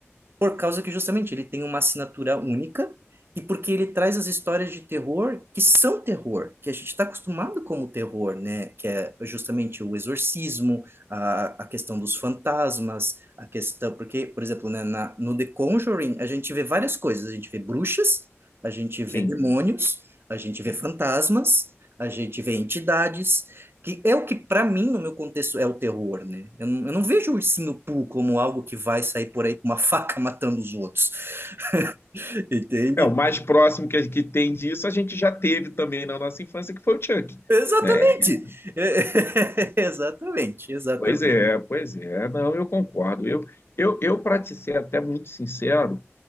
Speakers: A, on the right; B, on the left.
A: Por causa que justamente ele tem uma assinatura única e porque ele traz as histórias de terror que são terror, que a gente está acostumado como terror, né? Que é justamente o exorcismo, a, a questão dos fantasmas, a questão... Porque, por exemplo, né, na, no The Conjuring, a gente vê várias coisas. A gente vê bruxas, a gente vê
B: sim,
A: demônios, a gente vê
B: sim.
A: fantasmas, a gente vê entidades, que é o que para mim no meu contexto é o terror, né? Eu não, eu não vejo o ursinho Pooh como algo que vai sair por aí com uma <laughs> faca matando os outros, <laughs> entende?
B: É, o mais próximo que, a- que tem disso a gente já teve também na nossa infância, que foi o Chuck,
A: Exatamente,
B: né? Que é-
A: <laughs> exatamente, exatamente.
B: pois é, pois é, não, eu concordo. Eu, eu, eu para te ser até muito sincero,